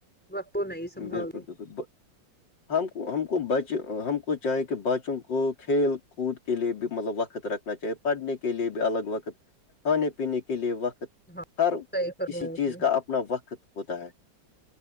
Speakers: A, in the centre; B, on the left.
A: وقت وہ نہیں سنبھالے
B: بالکل بالکل ہم کو ہم کو بچ ہم کو چاہے کہ بچوں کو کھیل کود کے لیے بھی مطلب وقت رکھنا چاہے پڑھنے کے لیے بھی الگ وقت کھانے پینے کے لیے وقت
A: ہاں
B: ہر
A: صحیح فرمایا
B: کسی
A: آپ
B: چیز
A: نے
B: کا اپنا وقت ہوتا ہے